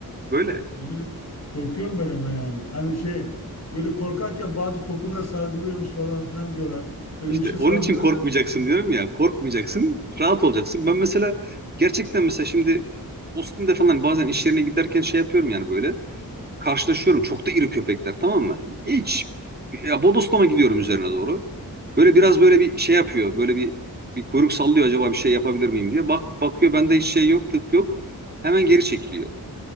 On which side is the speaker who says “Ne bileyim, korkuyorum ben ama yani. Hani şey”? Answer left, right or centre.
Left